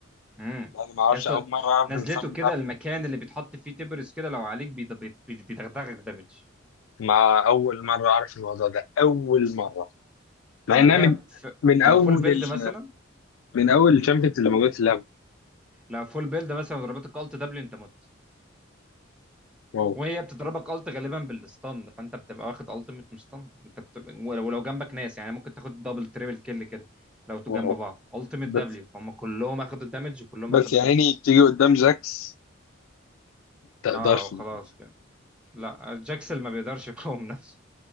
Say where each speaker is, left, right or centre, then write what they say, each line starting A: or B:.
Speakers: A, in the centre; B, on the left (about 80°).
A: امم
B: انا ما اعرفش
A: يا اسطى
B: اول مره اعرف
A: نزلته
B: النظام
A: كده
B: بتاع بيبي.
A: المكان اللي بيتحط فيه تبرس كده لو عليك بيض- بيض- بيدغدغك دامج
B: مع اول مره اعرف الموضوع ده اول مره مع
A: يعني
B: انها
A: هي
B: من
A: ف...
B: من اول
A: لو فول بيلد
B: ال...
A: مثلا
B: من اول الشامبيونز اللي موجود في اللعبه
A: لو فول بيلد مثلا وضربتك الت دبليو انت مت
B: واو
A: وهي بتضربك الت غالبا بالستان فانت بتبقى واخد التيميت مستان انت بتبقى ولو ولو جنبك ناس يعني ممكن تاخد دبل تريبل كيل كده لو تو
B: واو
A: جنب بعض التيميت دبليو
B: بس
A: فهم كلهم اخدوا الدمج وكلهم
B: بس
A: اخدوا
B: يا
A: دبل
B: عيني تيجي قدام جاكس تقدرش
A: اه خلاص
B: <laughs>
A: يعني. لا جاكسل ما بيقدرش يقاوم نفسه